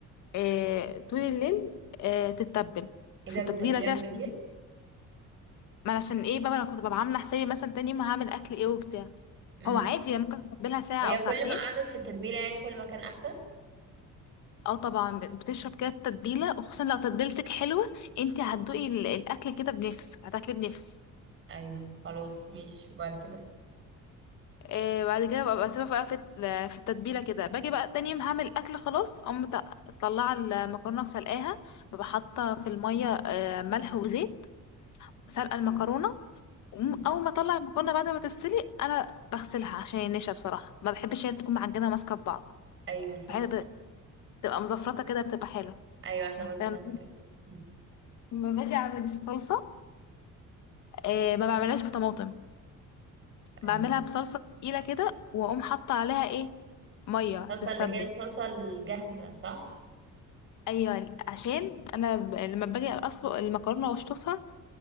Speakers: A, on the left; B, on the right.
A: آه طول الليل آه تتبل
B: ايه
A: في
B: ده
A: التتبيله
B: بتتبليها
A: كده
B: من
A: عشان-
B: بالليل
A: ما أنا عشان ايه بقى انا كنت ببقى عامله حسابي مثلا تاني يوم هعمل اكل ايه وبتاع
B: امم
A: هو عادي أنا ممكن اتبلها ساعه
B: هي
A: او ساعتين
B: كل ما قعدت في التتبيله يعني كل ما كان احسن
A: اه طبعا بتشرب كده التتبيله وخصوصا لو تتبيلتك حلوه انت هتدوقي ال- الاكل كده بنفس هتاكلي بنفس
B: ايوه خلاص ماشي وبعد كده
A: آه بعد كده ببقى سيبها بقى في الت- في التتبيله كده باجي بقى تاني يوم هعمل اكل خلاص اقوم مط- مطلعه المكرونه وسلقاها ببقى حاطه في الميه آه ملح وزيت سلقه المكرونه
B: إيه؟
A: وم-
B: مم.
A: اول ما اطلع المكرونه بعد ما تتسلق انا بغسلها عشان النشا بصراحه ما بحبش هي تكون معجنه ماسكه في بعض
B: ايوه صح
A: بحيث بتبقى مزفرطه كده بتبقى حلوه
B: ايوه احنا برضو
A: لما
B: بنعمل كده مم.
A: باجي اعمل الصلصه آه ما بعملهاش بطماطم
B: آه.
A: بعملها بصلصة تقيلة كده وأقوم حاطة عليها ايه مية
B: الصلصه
A: تتسبك
B: اللي هي الصلصه الجاهزه صح
A: أيوة عشان أنا ب- لما باجي أسلق المكرونة وأشطفها